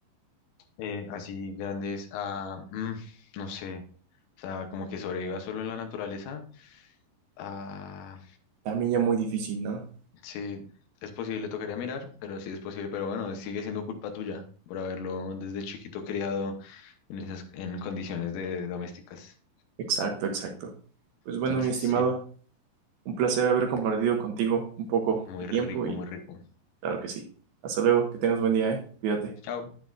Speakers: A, on the left; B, on the right.
A: Eh, así grandes, ah, mm, no sé. O sea, como que sobreviva solo en la naturaleza. Ah.
B: también ya muy difícil, ¿no?
A: Sí, es posible, tocaría mirar, pero sí es posible, pero bueno, sigue siendo culpa tuya por haberlo desde chiquito criado en esas, en condiciones de domésticas.
B: Exacto, exacto. Pues bueno,
A: Entonces,
B: mi estimado,
A: sí,
B: un placer haber compartido contigo un poco
A: muy
B: de tiempo
A: rico,
B: y
A: muy rico.
B: claro que sí. Hasta luego, que tengas buen día, ¿eh? Cuídate.
A: Chao.